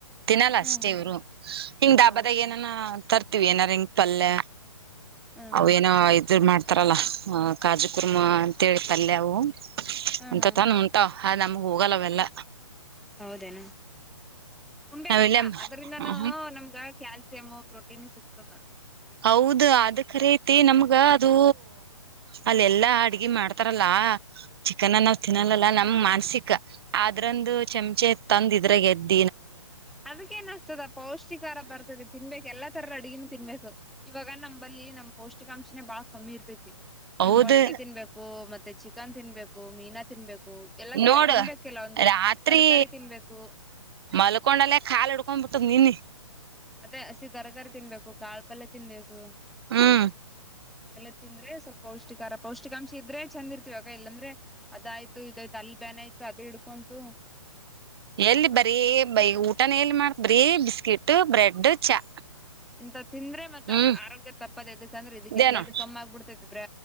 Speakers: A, on the right (about 45°); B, in the centre.
A: ತಿನ್ನಲ್ಲ
B: ಹ್ಮ
A: ಅಷ್ಟೇ
B: ಹ್ಮ
A: ಇವ್ರು ಹಿಂಗ್ ಡಾಬದಾಗ
B: ಹೌದೇನ
A: ಏನನ್ ತರ್. ತಿವಿ ಏನಾರ ಹಿಂಗ ಪಲ್ಯ.
B: ಹ್ಮ್
A: ಅವೇನೋ
B: ಹ್ಮ್
A: ಇದ್ ಮಾಡ್ ತರಲ್ಲ ಕಾಜು ಕುರ್ಮ ಅಂತ ಹೇಳಿ ಪಲ್ಯ ಅವು.
B: ಹ್ಮ್
A: ಹಂಕತನ್
B: ಹ್ಮ್
A: ಉಂತವ. ಹ ನಮ್ಗ ಹೋಗಲ್ಲವೆೆಲ್ಲ.
B: ಹೌದೇನ. ಉಣಬೇಕ
A: ನಾವೆಲ್ಲ
B: ಅಕ್ಕ ಅದ್ರಿಂದನು
A: ಹ
B: ನಮ್ಗ. ಕ್ಯಾಲ್ಸಿಯಮ್ ಪ್ರೋಟೀನ್ ಸಿಗ್ತದ.
A: ಹೌದು ಅದ ಖರಿಯತಿ ನಮ್ಗ ಅದು ಅಲ್ಲೆಲ್ಲಾ ಅಡಗಿ ಮಾಡ್ತಾರಲ್ಲ ಚಿಕನ್ ನಾವ್ ತಿನ್ನಲ್ಲಲ್ಲ ನಮ್ ಮಾನಸಿಕ ಆದ್ರಂದು ಚಮಚೆ ತಂದ ಇದ್ರಗ ಎದ್ದ.
B: ಅದ್ಕೇನು ಅತದ ಪೌಷ್ಟಿಕಾರ ಬರ್ತದ ತಿನ್ಬೇಕು ಎಲ್ಲಾ ತರ ಅಡ್ಗಿನೂ ತಿನ್ಬೇಕು. ಇವಾಗ ನಂಬಲ್ಲಿ ನಮ್ಮ್ ಪೌಷ್ಟಿಕಾಶನೇ ಬಾಳ. ಕಮ್ಮಿ ಇರ್ತೈತಿ.
A: ಹೌದು
B: ಈವು ಮೊಟ್ಟೆ ತಿನ್ಬೇಕು ಮತ್ತೆ ಚಿಕ ಚಿಕ್ಕನ್ ತಿನ್ಬೇಕು ಮೀನಾ ತಿನ್ಬೇಕ. ಎಲ್ಲ
A: ನೋಡು
B: ತಿನ್ಬೇಕು ಕೆಲ ಒಂದು
A: ರಾತ್ರಿ
B: ತರಕಾರಿ ತಿನ್ಬೇಕು.
A: ಮಲ್ಕೊಂಡಲ್ಲೇ ಕಾಲು ಹಿಡ್ಕೊಂಡ್ ಬಿಟ್ಟದ ನಿನ್ನಿ.
B: ಅದೇ ಹಸಿ ತರಕಾರಿ ತಿನ್ಬೇಕು ಕಾಳ್. ಪಲ್ಯ ತಿನ್ಬೇಕು.
A: ಹ್ಮ್
B: ಎಲ್ಲ ತಿಂದ್ರೆ ಸ್ವಲ್ಪ ಪೌಷ್ಟಿಕಾರ ಪೌಷ್ಟಿಕಾಂಶ ಇದ್ರೆ ಚಂದ ಇರ್ತೀವ ಅಕ್ಕ ಇಲ್ಲಾಂದ್ರೆ ಅದಾಯ್ತು ಇದಾಯ್ತು ಅಲ್ಲಿ ಬ್ಯಾನ ಆಯ್ತು ಅದ ಹಿಡ್ಕೊಂತು.
A: ಎಲ್ಲಿ ಬರೀ ಊಟನ ಎಲ್ಲಿ ಮಾಡ್ ಬರೀ ಬಿಸ್ಕಿಟ್ ಬ್ರೆಡ್ ಚಾ.
B: ಇಂತ ತಿಂದ್ರೆ ಮತ್ತ
A: ಹ್ಮ್
B: ಆರೋಗ್ಯ ತಪ್ಪದ ಎದ ಅಂದ್ರೆ ಇದಕ್ಕೆ
A: ಇದೇ
B: ಬ್ಲಡ್
A: ನೋಡ್
B: ಕಮ್ಮ್ ಆಗ್ಬಿಡ್ತೈತಿ. ಇಬ್ರ